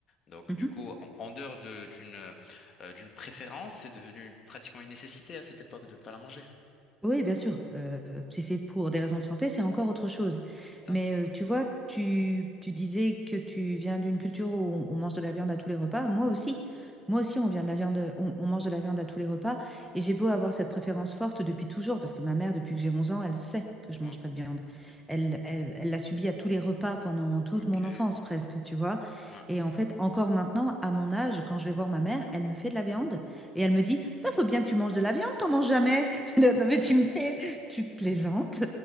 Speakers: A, on the left; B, in the centre.
A: Donc
B: Mmh
A: du coup, en, en dehors de- d'une euh, d'une préférence, c'est devenu pratiquement une nécessité à cette époque de ne pas la manger.
B: Oui, bien sûr. Euh, si c'est pour des raisons de santé, c'est encore autre chose.
A: c'est
B: Mais
A: Ça?
B: euh, tu vois, tu, tu disais que tu viens d'une culture où on, on mange de la viande à tous les repas. Moi aussi. Moi aussi, on vient de la viande, on, on mange de la viande à tous les repas. Et j'ai beau avoir cette préférence forte depuis toujours, parce que ma mère, depuis que j'ai 11 ans, elle sait que je
A: Oh,
B: mange pas de viande. Elle, elle, elle l'a subi à tous les repas pendant toute
A: ok.
B: mon enfance, presque, tu vois.
A: Ouais,
B: Et en fait, encore maintenant, à mon âge, quand je vais voir ma mère, elle me fait de la viande. Et elle me dit, bah, faut bien que tu manges de la viande, t'en manges jamais. <laughs> Non, mais tu me fais, tu plaisantes.